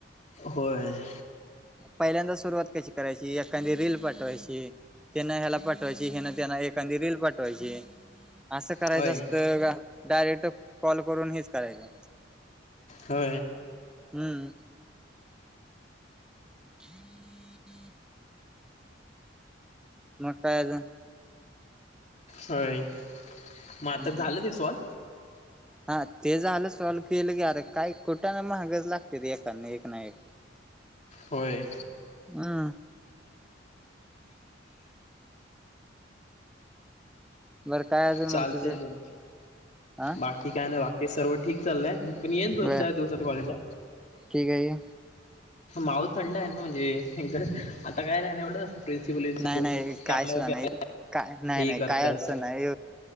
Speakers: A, on the left; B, in the centre.
A: होय.
B: पहिल्यांदा सुरुवात कशी करयची एखादी रील पाठवायची. त्याना ह्याला पाठवायची ह्यानं त्यांना एखादी रील पाठवायची. असं करायचं
A: होय
B: असतं का डायरेक्ट कॉल करून हिच करायचं
A: हो
B: हम्म हम्म म काय अजून.
A: होय मग आता
B: हम्म
A: झालं
B: हम्म
A: ते सॉल
B: हा ते झालं सॉल् केलं ग अरे काय कुटाण महागाच लागते एकाने एक ना एक
A: होय
B: हा बरं काय अजून
A: चालत
B: मग तुझं
A: ज
B: हा
A: बाकी काय ना बाकी ते सर्व ठीक चाललंय पण येईन दोन
B: बर
A: चार दिवसात कॉलेजला
B: ठीक आहे
A: माऊल थंड आहे ना म्हणजे आता काय नाही ना एवढं प्रिन्सिपल इ् क
B: नाही नाही काय
A: आपल्यावर
B: सुद्धा नाही काय नाही
A: हे
B: नाही
A: करतायात,
B: काय अडचण नाही